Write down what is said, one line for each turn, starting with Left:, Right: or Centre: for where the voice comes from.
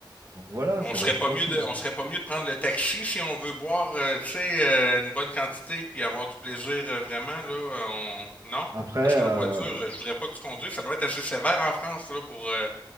Right: Donc voilà,
Left: Mais
Right: ça
Left: on serait
Right: va être
Left: pas
Right: tranquille.
Left: mieux de, on serait pas mieux de prendre le taxi si on veut boire, euh, tu sais, euh, une bonne quantité puis avoir du plaisir euh, vraiment là. euh, on- Non,
Right: Après,
Left: parce qu'en
Right: euh,
Left: voiture, euh, je voudrais pas que tu conduises. Ça doit être assez sévère en France là pour euh,